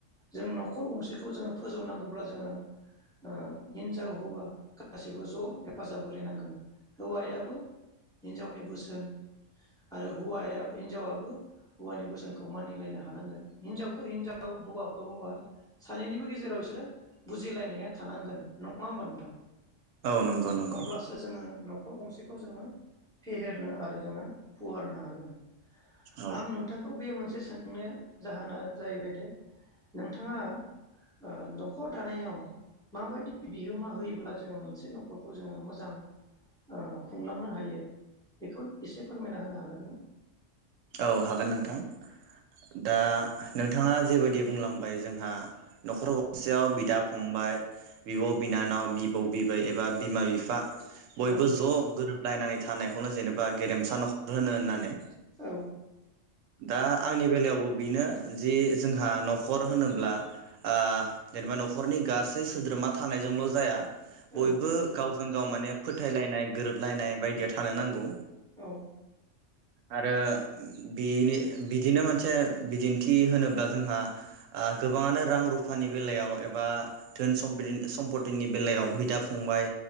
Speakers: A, in the centre; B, on the right (about 80°).
A: जों नखर गंसेखौ जोङो फोजौ नांगौब्ला जोङो ओ हिनजाव हौवा गाैसैबो ज हेफाजाब होलायनांगोन हौवायाबो हिनजावनि बोसोन आरो हौवायाबो हिनजावाबो हौवानि बोसोनखौ मानिलायनो हानांगोन हिनजावखौ हिनजाव हौवाखौ हौवा सानैनिबो गेजेराव इसोरो बुजिलायनाया थानांगोन नङा‌ ओमबा नोंथां
B: औ नंगौ नंगौ
A: अब्लासो जोङो नख नखर गंसेखौ जोङो फेहेरनो आरो जोङो फुवारनो हागोन
B: औ
A: आं नोंथांखौ बे मोनसे सों नो जाहोना जाहैबायदि नोंथाङा‌‌ओ न'खर दानायाव माबायदि बिहोमा होयोब्ला जोङो मोनसे न'खरखौ जोङो मोजां ओ खुंलांनो हायो बेखौ एसे फोरमायना होनो हागोन ना?
B: औ हागोन नोंथां दा नोंथाङा जेबायदि बुंलां ओमफाय जोंहा न'खर गंसेयाव बिदा फंबाय बिब बिनानाव बिबौ बिबै एबा बिमा बिफा बयबो
A: औ
B: ज गोरोब लायनानै थानायखौनो जेनेबा गेरेमसा नखर होनो होननानै
A: औ
B: दा आंनि बेलायावबो बेनो जि जोंहा न'खर होनोब्ला ओ जेनेबा न'खरनि गासै सोद्रोमा थानायजोंल जाया बयबो
A: औ
B: गावजों गाव माने फोथायलायनाय गोरोबलायनाय बायदिया‌ थानो नांगौ
A: औ
B: आरो बिनि बिदिनो मोनसे बिदिन्थि होनोब्ला जोंहा गोबाङानो रां रुफानि बेलायाव एबा धोन सम सम्पतिनि बेलायाव बिदा फंबाय